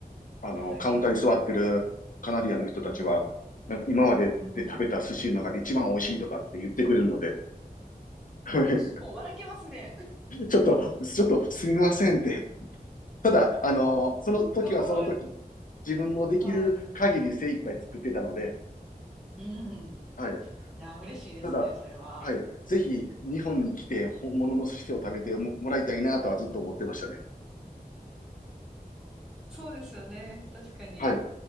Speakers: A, on the left; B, in the centre.
A: あの、
B: はい。
A: カウンターに座ってるカナディアンの人たちは、
B: うん。
A: なんか今までで食べた寿司の中で一番美味しいとかって言ってくれるので、
B: うん。
A: <laughs>
B: もう笑けますね。
A: ちょっと、ちょっとすみませんって。ただ、あの、その時はその時、
B: なんかおもろい。
A: 自分のできる限り精一杯作ってたので、
B: はい。うん。い
A: はい。
B: や、嬉しいですね、
A: ただ、
B: それは。
A: はい。ぜひ日本に来て本物の寿司を食べても、もらいたいなとはずっと思ってましたね。
B: うんそうですよね。確かに。
A: はい。